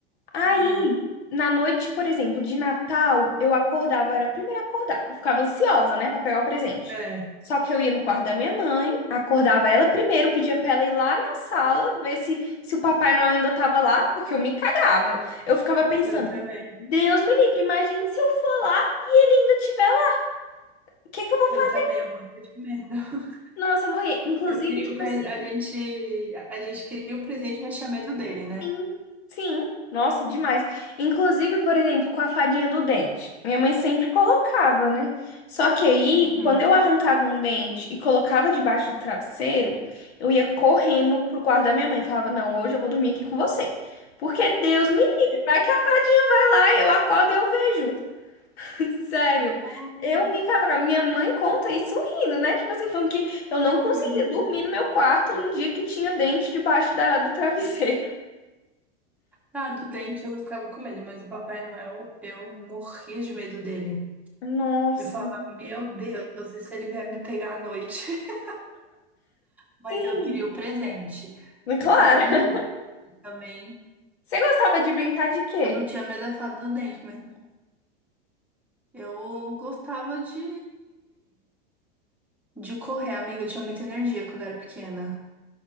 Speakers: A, on the left (about 75°); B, in the centre.
A: Aí,
B: Uhum.
A: na noite, por exemplo, de Natal, eu acordava, eu era a primeira a acordar, que eu ficava ansiosa, né, pra pegar o presente.
B: É,
A: Só que eu ia no quarto da minha mãe, acordava ela primeiro, pedia pra ela ir lá na sala, ver se, se o Papai Noel ainda tava lá, porque eu me cagava. Eu ficava pensando,
B: eu também.
A: Deus me livre, imagine se eu for lá, ele ainda tiver lá, o que que eu vou
B: Eu
A: fazer?
B: também, eu morria de medo. <laughs>
A: Nossa, eu morri. Inclusive,
B: Eu queria
A: tipo
B: o pre...
A: assim.
B: a gente... a gente queria o presente, mas tinha medo dele, né?
A: Sim, sim. Nossa, demais. Inclusive, por exemplo, com a fadinha do dente. Minha mãe sempre colocava, né? Só que aí,
B: Uhum.
A: quando eu arrancava um dente e colocava debaixo do travesseiro, eu ia correndo pro quarto da minha mãe e falava: Não, hoje eu vou dormir aqui com você. Porque Deus me livre, vai que a fadinha vai lá, eu acordo e eu vejo. <laughs> Sério.
B: Ah,
A: Eu me cavava. Minha mãe conta isso rindo, né? Tipo assim, falando que eu não conseguia
B: Uhum.
A: dormir no meu quarto um dia que tinha dente debaixo da, do <laughs> travesseiro.
B: Ah, do dente eu ficava com medo, mas o Papai Noel, eu morria de medo dele.
A: Nossa.
B: Eu falava, meu Deus, e se ele vier me pegar à noite? <laughs> Mas
A: Sim,
B: eu queria o presente.
A: claro.
B: E falando em dente também.
A: Você gostava de brincar de quê?
B: Eu não tinha medo da fada do dente, mas eu gostava de, de correr, amiga. Eu tinha muita energia quando eu era pequena.